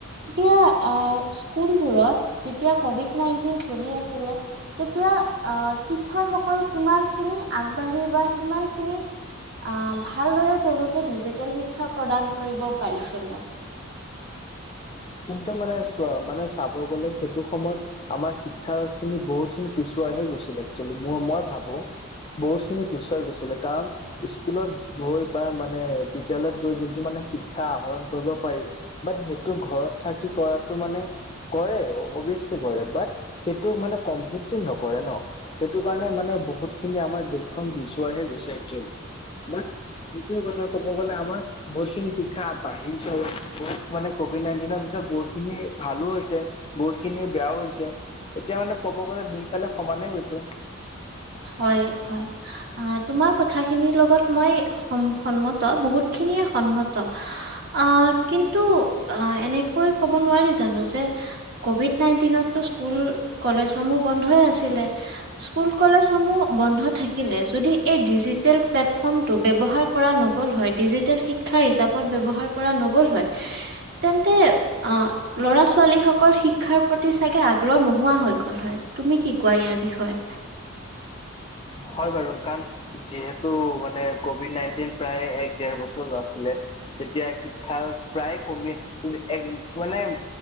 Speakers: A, on the right; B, on the left.
A: তেতিয়া আ স্কুলবোৰত যেতিয়া কভিড নাইন চলি আছিলে তেতিয়া আ টিচাৰসকল কিমানখিনি আগবাঢ়ি বা কিমানখিনি আ ভালদৰে তেওঁলোকে ডিজিটেল শিক্ষা প্ৰদান কৰিব পাৰিছিলে
B: কিন্তু মানে চোৱা মানে চাব গলে সেইটো সময়ত আমাৰ শিক্ষা খিনি বহুতখিনি পিচুৱাই হে গৈছিলে একচুৱেলি ম মই ভাবো বহুতখিনি পিছুৱাই গৈছিলে কাৰণ স্কুলত গৈ বা মানে বিদ্যালয়ত গৈ যোনটো মানে শিক্ষা আহৰণ কৰিব পাৰি বাট হে ঘৰত থাকি কৰাতটো মানে কৰে অবিয়াচলি কৰে বাট সেইটো মানে কমপ্লিতলি নকৰে ন সেইটো কাৰণে মানে বহুত খিনি আমাৰ দেশখন পিচুৱাহে গৈছে একচুৱেলি মানে যিটো কথা ক'ব গ'লে আমাৰ বহুতখিনি শিক্ষা বাঢ়িছে বহুত মানে কভিড নাইনটিনৰ পিছত বহুতখিনি ভালো হৈছে বহুত খিনি বেয়াও হৈছে এতিয়া মানে কব গ'লে দুইফালে সমানে গৈছে
A: হয় হয়। তোমাৰ কথাখিনিৰ লগত মই সন সন্মত বহুতখিনিয়ে সন্মত, আ কিন্তু আ এনেকৈ ক'ব নোৱাৰি জানো যে কভিড নাইনটিনতো স্কুল কলেজসমূহ বন্ধই আছিলে। স্কুল কলেজসমূহ বন্ধ থাকিলে যদি এই ডিজিটেল প্লেটফৰ্মটো ব্যৱহাৰ কৰা নগল হয় ডিজিটেল শিক্ষা হিচাপত ব্যৱহাৰ কৰা নগল হয়, তেন্তে আ ল'ৰা ছোৱালী সকল শিক্ষাৰ প্ৰতি চাগে আগ্ৰহ নোহোৱা হৈ গল হয়। তুমি কি কোৱা ইয়াৰ বিষয়ে।
B: হয় বাৰু কাৰণ যিহেতু মানে কভিড নাইনটিন প্ৰায় এক ডেৰ বছৰ আছিলে তেতিয়া শিক্ষা প্ৰায় কমি <unintelligible> এক মানে